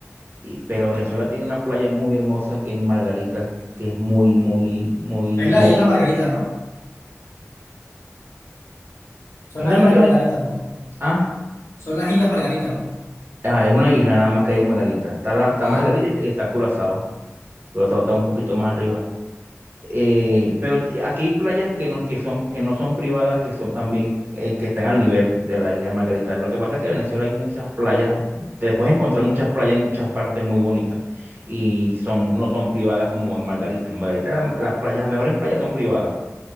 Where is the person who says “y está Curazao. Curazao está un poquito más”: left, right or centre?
Right